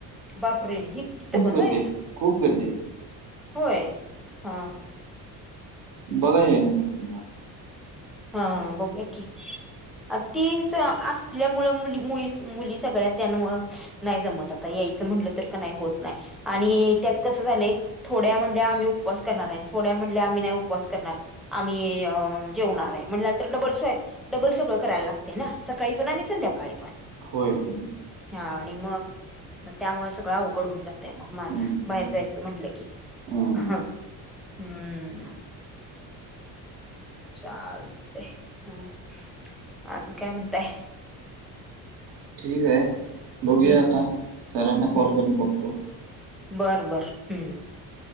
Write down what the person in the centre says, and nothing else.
बापरे हि तीत पण
होय?
होय हा.
हा बघूया की. आ तीस असल्या मूळ मुली मुली सगळ्या त्यानं मूळ नाय जमत आता यायचं म्हटलं तर क नाय होत नाय आणि त्यात कसं झालंय थोड्या म्हणल्या आम्ही उपवास करणार आय थोड्या म्हणल्या आम्ही नाय उपवास करणार आम्ही जेवणार. म्हणल्यानंतर डबल डबल सगळं करायला लागतय ना सकाळी पण आणि संध्याकाळी पण.
हा आणि मग म त्यामुळ सगळ अवघड होऊन जा तय मग माझं
बाहेर जायचं म्हटलं की
हा.
हम्म. चालतंय हम्, आणि काय म्हणताय?
हम्म
हम्म
बर बर हम्म